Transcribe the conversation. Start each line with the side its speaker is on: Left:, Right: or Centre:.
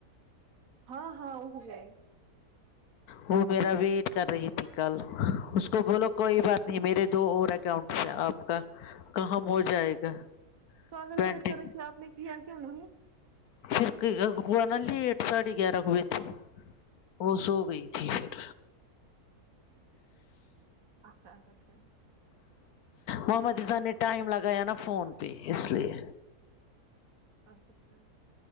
Right: ہاں ہاں اٹھ گئ
Left: وہ میرا بھی کر رہی تھی کل اس کو بولو کوئی بات نہیں میرے دو اور اکاؤنٹس ہیں آپ کا کہم ہو جائے گا
Right: تو اگر
Left: ٹوینٹی
Right: بھیٹ کریں کہ آپ نے کیا کیا نہیں
Left: پھر گونا لیٹ ساڑھے گیارہ کو ب تھے <unintelligible> وہ سو گئی تھی پھر
Right: اچھا اچھا ٹھیک
Left: محمدازن نے ٹائم لگایا نا فون پہ اس لیے
Right: اچھا